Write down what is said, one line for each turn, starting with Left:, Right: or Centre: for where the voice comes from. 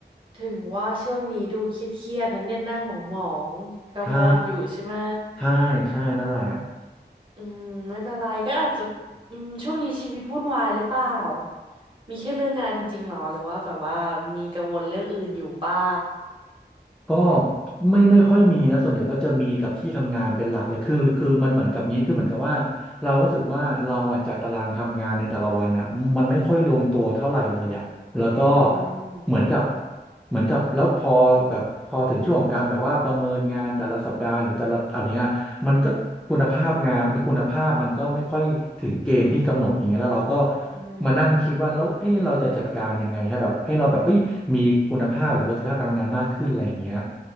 Right: ถึงว่าช่วงนี้ดูเครียดๆนะเนี่ยหน้าหมองหมองกังวลอยู่ใช่ไหม
Centre: ใช่ใช่ใช่นั่นแหละ
Right: อืมไม่เป็นไรก็อาจจะอืมช่วงนี้ชีวิตวุ่นวายหรือเปล่า มีแค่เรื่องงานจริงๆหรอหรือว่าแบบว่ามีกังวลเรื่องอื่นอยู่เปล่า
Centre: ก็ไม่ไม่ค่อยมีนะส่วนใหญ่ก็จะมีกับที่ทำงานเป็นหลักเลยคือคือมันเหมือนกับนี้คือเหมือนกับว่าเรารู้สึกว่าเราอ่ะจัดตารางทำงานในแต่ละวันอ่ะมันไม่ค่อยลงตัวเท่าไหร่เลยอ่ะแล้วก็
Right: อืม
Centre: เหมือนกับเหมือนกับแล้วพอแบบพอถึงช่วงของการแบบว่าประเมินงานแต่ละสัปดาห์หรือแต่ละอันเนี้ยมันก็คุณภาพงานคุณภาพมันก็ไม่ค่อยถึงเกณฑ์ที่กำหนดอย่างเงี้ยแล้วเราก็
Right: อืม
Centre: มานั่งคิดว่าแล้วเอ๊ะเราจะจัดการยังไงให้แบบให้เราแบบเอ้ยมีคุณภาพหรือประสิทธิภาพการทำงานมากขึ้นอะไรอย่างเงี้ย